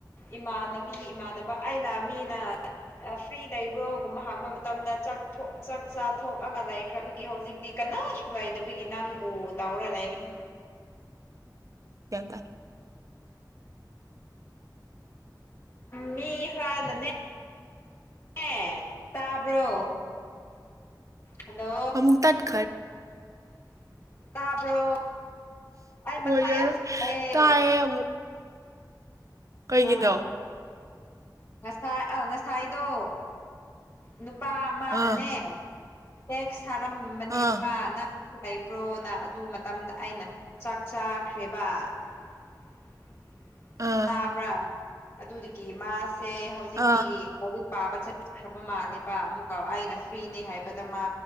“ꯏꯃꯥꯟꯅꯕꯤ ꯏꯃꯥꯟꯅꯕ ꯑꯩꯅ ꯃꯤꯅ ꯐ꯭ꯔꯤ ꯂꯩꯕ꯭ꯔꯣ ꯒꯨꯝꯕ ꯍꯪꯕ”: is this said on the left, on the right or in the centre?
Left